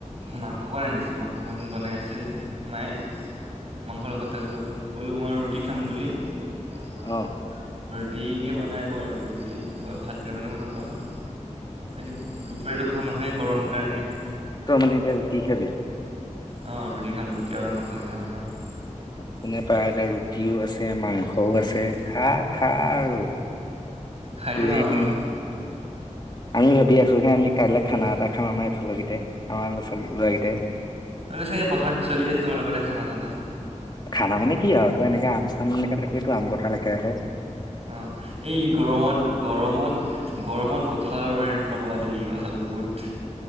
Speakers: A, on the right (about 50°); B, on the left (about 35°).
A: মাংস বনাই আনিছে মাংস বনাই আছে। মায়ে মাংসৰ লগত কলো মই ৰুটি খাম বুলি। <unintelligible>
B: অ'
A: ৰুটিকে বনাই আৰু ৰু ৰুটি ভাত কেইটামানে বনাব আৰু খাই দিম দুপৰীয়াটো খোৱা নহয় গৰম কাৰণে
B: ত মানে এতিয়া কি খাব।
A: অঁ ৰুটি খাম ৰুটি আৰু মাংস দি খাম আৰু।
B: কোনে পায় এতিয়া ৰুটিওঁ আছে মাংসও
A: উম
B: আছে খা খা আৰু
A: খাই
B: তোৰে
A: দিম আৰু
B: দিন
A: আৰু
B: আমি ভাবি আছো হে আমি কাই খানা এটা খাম আমাৰ এইফালৰকেইট আমাৰ ল'ৰা ছোৱালী লৰাৰাকেইটাই
A: মে চাগে পথাৰত চলি আছে তোমালোকৰ খানা চান।
B: খানা মানে কি আৰু তই এনেকে আম চামকে থাকিয় তো আম কোঠাল একে ৰাহে।
A: অঁ এই গৰমত গৰমত, গৰমত কঁঠাল নকবা এই আলু বহুত-'